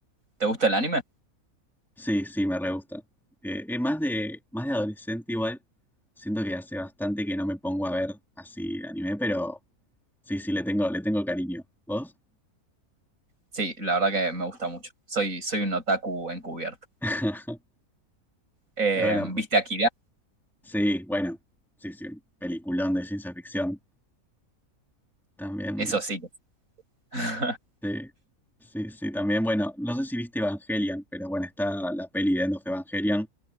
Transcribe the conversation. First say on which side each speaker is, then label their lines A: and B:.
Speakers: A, on the right; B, in the centre.
A: ¿Te gusta el anime?
B: Sí, sí, me re gusta. Eh, es más de, más de adolescente igual, siento que hace bastante que no me pongo a ver así anime, pero sí, sí, le tengo, le tengo cariño. ¿Vos?
A: Sí, la verdad que me gusta mucho. Soy, soy un otaku encubierto.
B: <laughs>
A: Eh,
B: Bueno,
A: ¿viste Akira?
B: sí, bueno, sí, sí, un peliculón de ciencia ficción. También
A: Eso sí. que- <laughs>
B: Sí, sí, sí, también, bueno, no sé si viste Evangelion, pero bueno, está la peli de End of Evangelion,